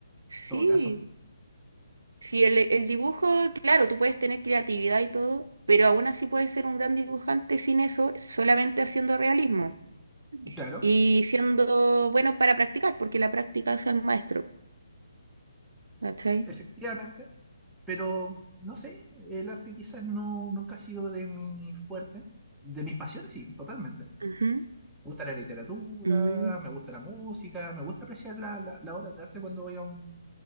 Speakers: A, on the right; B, in the centre.
A: Sí,
B: todo caso.
A: sí, el, el dibujo, claro, tú puedes tener creatividad y todo, pero aún así puedes ser un gran dibujante sin eso, solamente haciendo realismo
B: Claro,
A: y siendo bueno para practicar, porque la práctica es el maestro. ¿Cachai?
B: efectivamente. Pero no sé, el arte quizás no, nunca ha sido de mi fuerte, de mis pasiones, sí, totalmente
A: Ujú,
B: me gusta la literatura,
A: ujú,
B: me gusta la música, me gusta apreciar la, la, la obra de arte cuando voy a un,